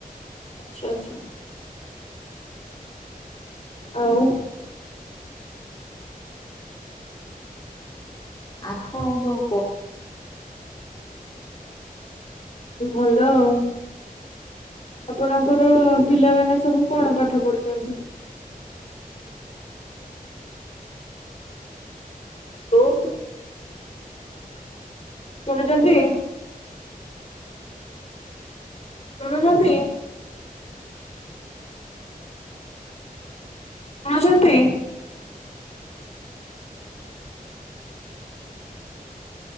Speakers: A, on the left; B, on the left.
A: ଆଚ୍ଛା ଆଚ୍ଛା। ଆଉ
B: ଆପଣଙ୍କୁ ସବୁ କ
A: ଭଲ ଆଉ। ଆପଣଙ୍କର ପିଲାମାନେ ସବୁ କଣ ପାଠ ପଢୁଛନ୍ତି? ତୁ? ଶୁଣୁଛନ୍ତି। ଶୁଣୁଛନ୍ତି। ଶୁଣୁଛନ୍ତି?